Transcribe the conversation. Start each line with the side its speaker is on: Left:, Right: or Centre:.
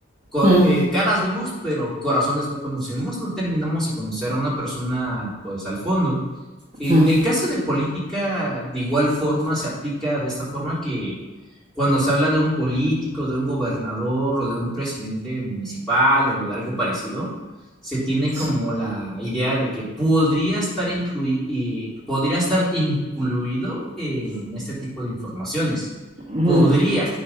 Centre: cor-
Right: mm,
Centre: eh, caras vemos, pero corazones no conocemos, no terminamos de conocer a una persona, pues, al fondo. En
Right: mm,
Centre: el caso de política, de igual forma, se aplica de esta forma que cuando se habla de un político, de un gobernador o de un presidente municipal o de algo parecido, se tiene
Right: sí,
Centre: como la idea de que podría estar, inclui- eh, podría estar incluido en este tipo de informaciones.
Right: mm,
Centre: Podría,